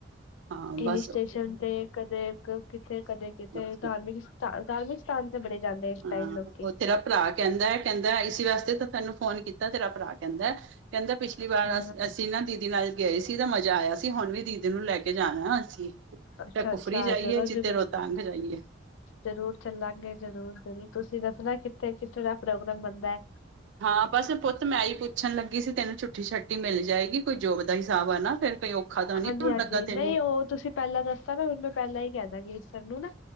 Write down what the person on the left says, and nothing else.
ਹਿਲ
ਸਟੇਸ਼ਨ ਤੇ, ਕਦੇ ਕਿਥੇ, ਕਦੇ ਕਿਤੇ
ਧਾਰਮਿਕ ਸਥਾ, ਧਾਰਮਿਕ ਸਥਾਨ ਤੇ ਬੜੇ ਜਾਂਦੇ ਇਸ
ਟਾਈਮ ਲੋਕ
ਅੱਛਾ
ਅੱਛਾ-ਅੱਛਾ
ਚਲੋ ਜਰੂਰ
ਜ਼ਰੂਰ ਚੱਲਾਂਗੇ, ਜ਼ਰੂਰ- ਜ਼ਰੂਰ ਤੁਸੀਂ ਦੱਸਨਾ ਕਿੱਥੇ, ਕਿੱਥੇ ਦਾ ਪ੍ਰੋਗਰਾਮ ਬਣਦੈ
ਹਾਂਜੀ,
ਹਾਂਜੀ।
ਨਹੀਂ, ਓ, ਤੁਸੀਂ ਪੈਲਾਂ ਦੱਸਤਾ ਨਾ ਹੁਣ ''ਮੈਂ ਪੈਲਾਂ ਹੀ ਕਹਿ ਦਾਂਗੀ ਸਰ ਨੂੰ ਨਾ,